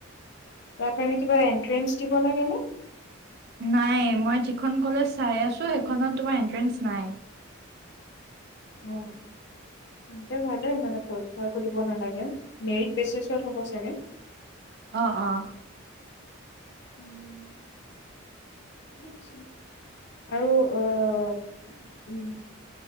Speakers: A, on the left; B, on the right.
A: তাৰ কাৰণে কিবা এন্ট্ৰেন্ঞ্চ দিব লাগে নে।
B: নাই মই যিখন কলেজ চাই আছোঁ সেইখনত তোমাৰ এন্ট্ৰেঞ্চ নাই।
A: অ', তেন্তে ভালেই মানে পৰীক্ষা একো দিব নালাগে, মেৰিট বেচিছত হ'ব চাগে।
B: অঁ, অঁ।
A: <unintelligible> আৰু উম